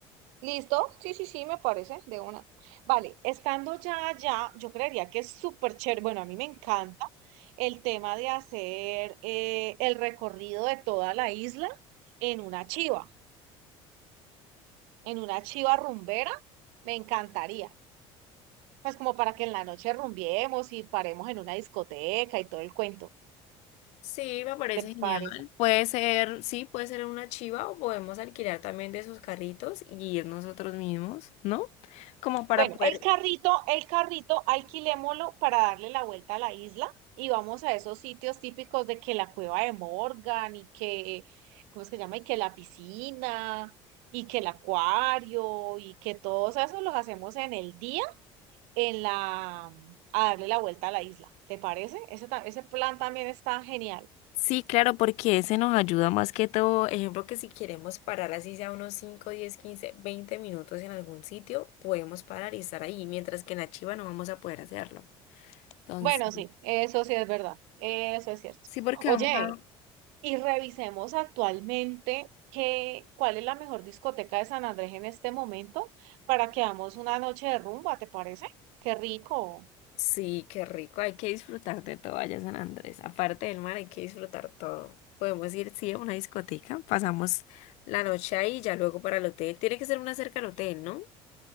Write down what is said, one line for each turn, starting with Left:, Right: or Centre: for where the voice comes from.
Right: ¿Listo? Sí, sí, sí, me parece, de una. Vale, estando ya allá, yo creería que es súper chévere, bueno, a mí me encanta el tema de hacer eh, el recorrido de toda la isla en una chiva, en una chiva rumbera, me encantaría. Pues como para que en la noche rumbiemos y paremos en una discoteca y todo el cuento.
Left: Sí, me parece
Right: ¿Te
Left: genial.
Right: parece?
Left: Puede ser, sí, puede ser una chiva o podemos alquilar también de esos carritos y ir nosotros mismos, ¿no? Como para
Right: Bueno,
Left: poder...
Right: el carrito, el carrito, alquilémoslo para darle la vuelta a la isla y vamos a esos sitios típicos de que la cueva de Morgan y que, ¿cómo es que se llama? Y que la piscina y que el acuario y que todos esos los hacemos en el día en la, a darle la vuelta a la isla. ¿Te parece? Ese, ta- ese plan también está genial.
Left: Sí, claro, porque ese nos ayuda más que todo. Ejemplo, que si queremos parar así sea unos 5, 10, 15, 20 minutos en algún sitio, podemos parar y estar ahí, mientras que en la chiva no vamos a poder hacerlo. Entonces,
Right: Bueno, sí, eso sí es verdad. Eso es cierto.
Left: sí, porque
Right: Oye,
Left: vamos a...
Right: y revisemos actualmente qué, cuál es la mejor discoteca de San Andrés en este momento para que hagamos una noche de rumba, ¿te parece? Qué rico.
Left: Sí, qué rico. Hay que disfrutar de todo allá en San Andrés. Aparte del mar, hay que disfrutar todo. Podemos ir, sí, a una discoteca. Pasamos la noche ahí y ya luego para el hotel. Tiene que ser una cerca al hotel, ¿no?